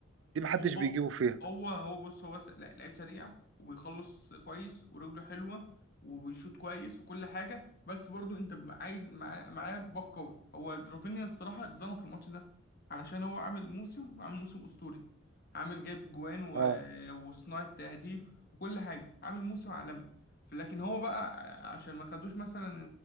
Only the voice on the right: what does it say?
دي محدش
بيجيبه
فيها
اه